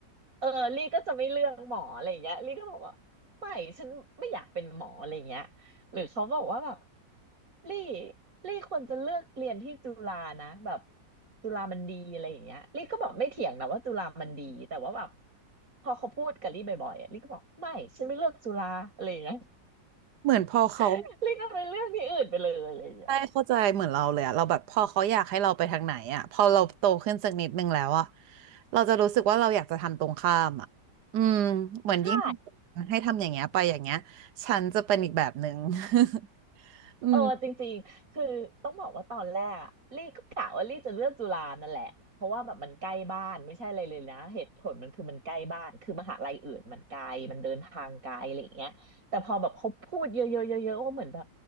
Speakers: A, on the right; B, on the right.
A: เออลี่ก็จะไม่เลือกหมออะไรอย่างเงี้ยลี่ก็บอกว่าไม่ฉันไม่อยากเป็นหมออะไรอย่างเงี้ยหรือเขาบอกว่าแบบลี่ลี่ควรจะเลือกเรียนที่จุฬานะแบบจุฬามันดีอะไรอย่างเงี้ยลี่ก็แบบไม่เถียงนะว่าจุฬามันดีแต่ว่าแบบพอเขาพูดกับลี่บ่อยๆอะลี่ก็บอกไม่ฉันไม่เลือกจุฬาอะไรอย่างเงี้ย
B: เหมือนพอเขา
A: <laughs> ลี่ก็ไปเลือกที่อื่นไปเลยอะไรอย่างเงี้ย
B: ใช่เข้าใจเหมือนเราเลยอะเราแบบพอเขาอยากให้เราไปทางไหนอะพอเราโตขึ้นสักนิดนึงแล้วอะเราจะรู้สึกว่าเราอยากจะทำตรงข้ามอะอืมเหมือนยิ่ง
A: ใช่
B: ให้ทำอย่างเงี้ยไปอย่างเงี้ยฉันจะเป็นอีกแบบหนึ่ง <laughs> อืม
A: เออจริงๆคือต้องบอกว่าตอนแรกอะลี่ก็กะว่าลี่จะเลือกจุฬานั่นแหละเพราะว่าแบบมันใกล้บ้านไม่ใช่อะไรเลยนะเหตุผลมันคือมันใกล้บ้านคือมหาลัยอื่นมันไกลมันเดินทางไกลอะไรอย่างเงี้ยแต่พอแบบเขาพูดเยอะๆเยอะๆว่าเหมือนแบบ